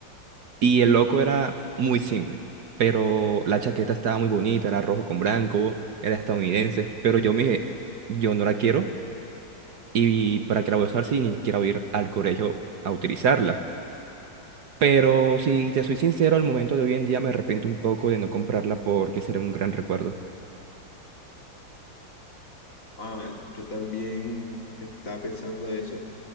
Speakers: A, on the right (about 60°); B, on the left (about 45°).
A: Y el loco era muy simple, pero la chaqueta estaba muy bonita, era rojo con blanco, era estadounidense, pero yo me dije, yo no la quiero y para qué la voy a usar si ni quiero ir al colegio a utilizarla. Pero si te soy sincero, al momento de hoy en día me arrepiento un poco de no comprarla porque sería un gran recuerdo.
B: Ah, yo también estaba pensando eso,